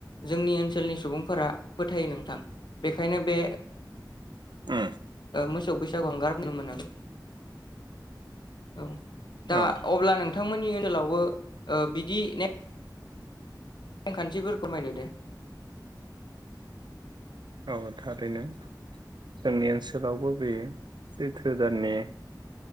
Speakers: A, on the left (about 75°); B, on the right (about 75°).
A: जोंनि ओनसोलनि सुबुंफोरा फोथायो नो। थां बेखायनो बे
B: उम।
A: ओ मोसौ बैसागु हांगार फुनो मोनो औ। दा
B: औ
A: अब्ला नोंथांमोन नि ओनसोलावबो ओ बिदि ने नेमखान्थिखौ फोरमायदो दे।
B: औ थारैनो जोंनि ओनसोलावबो बे सैथो दाननि